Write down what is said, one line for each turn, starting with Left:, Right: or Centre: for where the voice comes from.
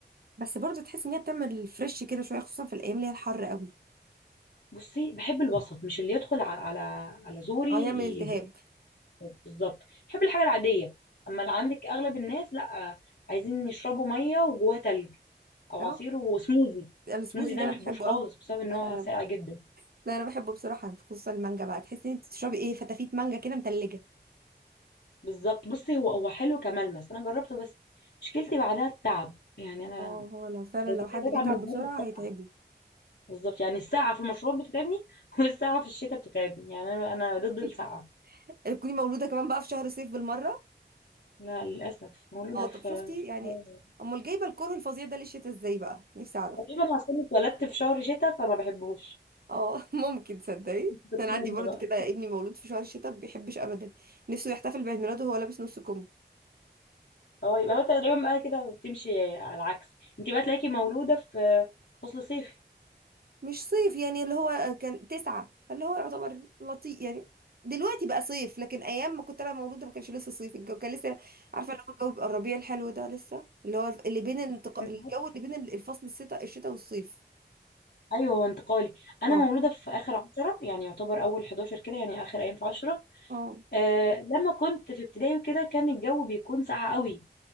Right: بس برضه تحس ان هي بتعمل فريش كده شوية خصوصا في الايام اللي هي الحر قوي
Left: بصي بحب الوسط مش اللي يدخل ع- على على زوري
Right: اه
Left: ي-
Right: يعمل التهاب
Left: بالظبط بحب الحاجه العاديه اما اللي عندك اغلب الناس لا آه، عايزين يشربوا ميه وجواها تلج او
Right: اه
Left: عصير وسموزي
Right: السموزي
Left: سموزي ده
Right: ده انا
Left: ما بحبوش
Right: بحبه
Left: خالص
Right: قوي
Left: بسبب
Right: لا
Left: ان
Right: لا
Left: هو
Right: انا
Left: ساقع جدا
Right: لا انا بحبه بصراحه خصوصا المانجا بقى تحسي ان انت بتشربي ايه فتافيت مانجا كده متلجه
Left: بالظبط بصي هو هو حلو كملمس انا جربته بس مشكلتي بعدها التعب يعني انا
Right: اه هو لو فعلا
Left: بيقول
Right: لو حد
Left: لي بتعب
Right: بيتعب
Left: من
Right: بسرعه
Left: ناحيه السقعه
Right: هيتعبه
Left: بالظبط يعني السقعه في المشروبات بتتعبني <laughs> والسقعه في الشتاء بتتعبني يعني انا انا ضد السقعه
Right: <laughs> تكوني مولوده كمان بقى في شهر صيف بالمره
Left: لا للاسف مولوده
Right: اه
Left: في
Right: طب شفتي
Left: في-
Right: يعني امال جايبه الكره الفظيع ده للشتا ازاي بقى نفسي اعرف
Left: تقريبا عشان اتولدت في شهر شتاء فما بحبوش
Right: اه <laughs> ممكن تصدقي
Left: <laughs> كنت
Right: انا
Left: منه
Right: عندي برضو
Left: بقى
Right: كده ابني مولود في شهر الشتاء ما بيحبش ابدا نفسه يحتفل بعيد ميلاده وهو لابس نص كم
Left: هو يبقى هو تقريبا بقى كده بتمشي على العكس انت بقى تلاقيكي مولوده في فصل صيفي
Right: مش صيف يعني اللي هو كان تسعة فاللي هو يعتبر لطيف يعني دلوقتي بقى صيف لكن ايام ما كنت انا مولوده ما كانش لسه صيف الجو كان لسه عارفه اللي هو الجو بيبقى الربيع الحلو ده لسه اللي هو اللي بين الانتقا...
Left: انت
Right: الجو اللي بين الفصل الشتاء الشتاء والصيف
Left: ايوه هو انتقالي انا
Right: اه
Left: مولوده في اخر عشرة يعني يعتبر اول 11 كده يعني اخر ايام في عشرة
Right: اه
Left: أه لما كنت في ابتدائي وكده كان الجو بيكون ساقع قوي